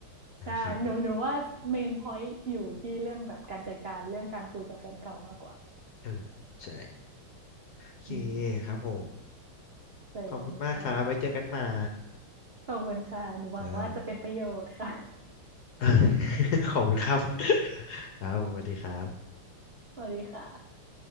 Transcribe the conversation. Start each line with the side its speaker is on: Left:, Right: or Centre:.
Left: นะครับผม
Right: ใช่หนูหนูว่าเมนพอยต์อยู่ที่เรื่องแบบการจัดการเรื่องการคุยกับแฟนเก่ามากกว่า
Left: เออใช่โอเค
Right: อืม
Left: ครับผม
Right: เคยค่ะ
Left: ขอบคุณมากครับไว้เจอกันใหม่
Right: ขอบคุณค่ะหนูหวังว่าจะเป็นประโยชน์ค่ะ
Left: จ้า <laughs> ขอบคุณครับครับสวัสดีครับ
Right: <laughs> สวัสดีค่ะ